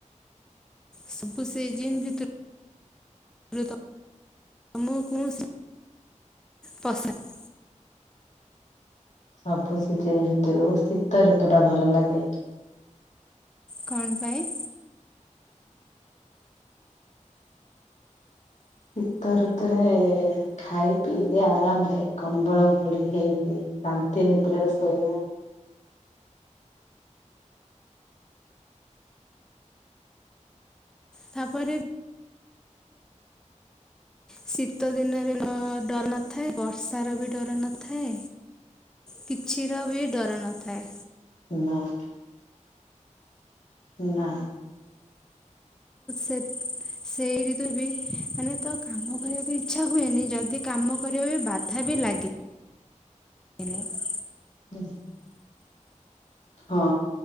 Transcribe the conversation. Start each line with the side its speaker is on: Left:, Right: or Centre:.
Centre: ସବୁ ସେ ଜିନ୍ ଭିତରୁ <unintelligible> ମୁଁ କୌଣସି ପସଆ <unintelligible>
Left: ସବୁ ସିଜନ ଭିତରୁ ଶୀତ ଋତୁ ଟା ଭଲ ଲାଗେ।
Centre: କଣ ପାଇଁ?
Left: ସୀତ ରୁତୁ ରେ ଖାଇ ପିଇକି ଆରାମ ରେ କମ୍ବଳ ଘୋଡି ହେଇକି ଶାନ୍ତି ନିଦ୍ରାରେ ଶୋଇବା
Centre: ତାପରେ ବି ଶୀତ ଦିନରେ ଅ ଡର ନଥାଏ ବର୍ଷାର ବି ଡର ନଥାଏ। କିଛିର ବି ଡର ନଥାଏ।
Left: <inaudible> ନା,
Centre: <inaudible> ସେଇ ଋତୁରେ ବି ମାନେ ତ କାମ କରିବାକୁ ଇଛା ହୁଏନି ଯଦି କାମ କରିବା ବି ବାଧା ବି ଲାଗେ। ଏନି <inaudible>
Left: ହୁଁ ହଁ,